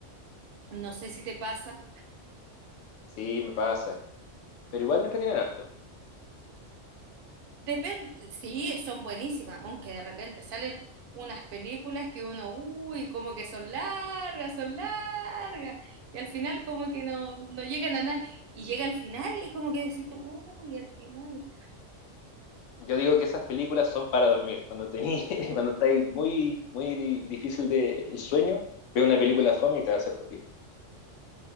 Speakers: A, on the right; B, on the left.
A: no sé si te pasa
B: sí, me pasa. Pero igual me entretienen harto.
A: Depende, sí, son buenísimas, aunque de repente salen unas películas que uno, uy, como que son largas, son largas, y al final como que no, no llegan a nada, y llega al final y como que decís tú, uy, al final.
B: Yo digo que esas películas son para dormir. Cuando tení, <laughs> cuando estáis muy, muy di- difícil de, el sueño, ve una película fome y te va a hacer dormir.